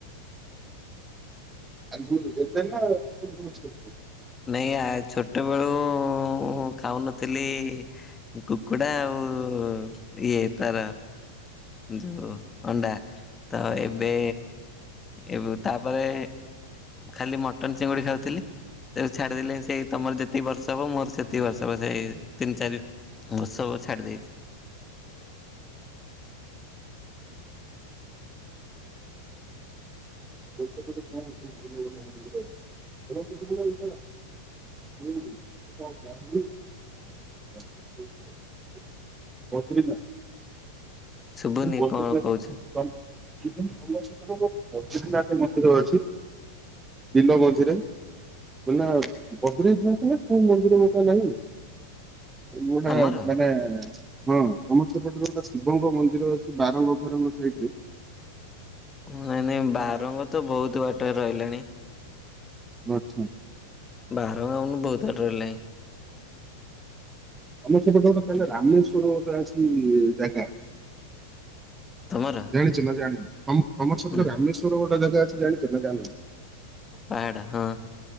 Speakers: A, on the right (about 15°); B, on the left (about 15°).
A: <unintelligible>
B: ନାଇଁ ଆ ଛୋଟବେଳୁ ଖାଉନଥିଲି। କୁକୁଡ଼ା ଆଉ ଇଏ ତାର ଯୋଉ ଅଣ୍ଡା ତ ଏବେ ଏ ତାପରେ ଖାଲି ମଟନ୍ ଚିଙ୍ଗୁଡ଼ି ଖାଉଥିଲି। ତେବେ ଛାଡିଦେଲି ସେଇ ତମର ଯେତିକି ବର୍ଷ ହବ ମୋର ସେତିକି ବର୍ଷ ହବ ସେଇ ତିନି ଚାରି ମୁ ସବୁ ଛାଡି ଦେଇଛି।
A: <unintelligible> <unintelligible> <unintelligible>
B: ଶୁଭୁନି
A: <unintelligible> ଭୋଳାନାଥ
B: କଣ କହୁଛ
A: ମନ୍ଦିର ଅଛି ଦୀନ ଗଞଜିରେ ହେଲା ବଦ୍ରିନାଥ ଯାଇଥିଲେ, କୋଉ ମନ୍ଦିର ତମେ ଯାଇନକି? ଗୋଟେ
B: ଆମର?
A: ମାନେ ହଁ ତମର ସେପଟରେ ଗୋଟେ ଶିବଙ୍କ ମନ୍ଦିର ମନ୍ଦିର ଅଛି ବାରଙ୍ଗ ଫେରଙ୍ଗ ସାଇଡରେ
B: ନାଇଁ ନାଇଁ ବାରଙ୍ଗ ତ ବହୁତ ବାଟରେ ରହିଲାଣି
A: ଆଛା।
B: ବାହାର ଆଉନ ବହୁତ ବାଟ ରହିଲାନି
A: ଆମେ ସବୁ ଯୋଉ କଥା ହେଲେ ରାମେଶ୍ୱର ଗୋଟେ ଅଛି ଜାଗା।
B: ତମର
A: ଜାଣିଛ ନା ଜାଣିନ ଆଉ ଆମର ସେପଟେ
B: ହୁଁ
A: ରାମେଶ୍ଵର ଗୋଟେ ଜାଗା ଅଛି ଜାଣିଛ ନା ଜାଣିନ?
B: ପାଡା ହଁ